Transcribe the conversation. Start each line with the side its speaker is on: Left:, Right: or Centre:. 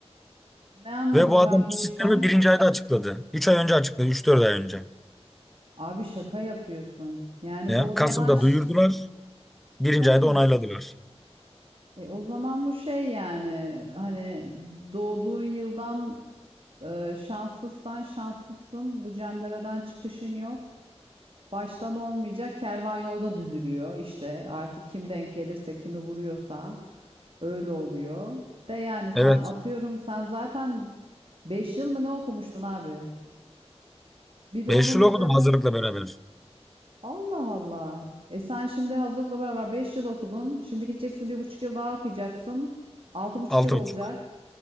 Right: Ne anladım
Centre: Ve bu adam
Right: ben bu
Centre: bu sistemi
Right: işten?
Centre: birinci ayda açıkladı. Üç ay önce açıkladı. Üç dört ay önce.
Right: Abi şaka yapıyorsun. Yani
Centre: Ya,
Right: bu o zaman...
Centre: Kasım'da
Right: ş-
Centre: duyurdular. Birinci
Right: Vallahi.
Centre: ayda onayladılar.
Right: E, o zaman bu şey yani hani doğduğun yıldan Ee, şanssızsan şanssızsın. Bu cenderadan çıkışın yok. Baştan olmayacak. Kervan yolda düzülüyor İşte Artık kim denk gelirse, kimi vuruyorsa öyle oluyor. De yani sen
Centre: Evet.
Right: atıyorum sen zaten 5 yıl mı ne okumuştun abi? Bir de
Centre: Beş
Right: onun
Centre: yıl
Right: üzerine.
Centre: okudum hazırlıkla beraber.
Right: Allah Allah. E sen şimdi hazırlıkla beraber 5 yıl okudun. Şimdi gideceksin bir buçuk yıl daha okuyacaksın. Altı buçuk
Centre: Altı
Right: yıl olacak.
Centre: buçuk.